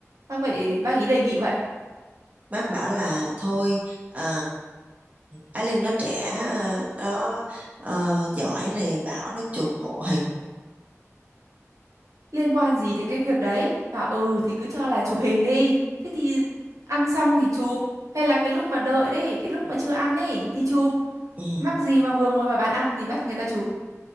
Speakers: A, on the right; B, on the right.
A: Bác vậy, bác ý đề nghị vậy.
B: bác bảo là thôi à, Á Linh nó trẻ nó ờ, giỏi này bảo nó chụp hộ hình
A: liên quan gì đến cái việc đấy mà ừ thì cứ cho là chụp hình đi thế thì ăn xong thì chụp hay là cái lúc mà đợi đấy cái lúc mà chưa ăn ấy thì chụp
B: ừ,
A: mắc gì mà vừa ngồi vào bàn ăn thì bắt người ta chụp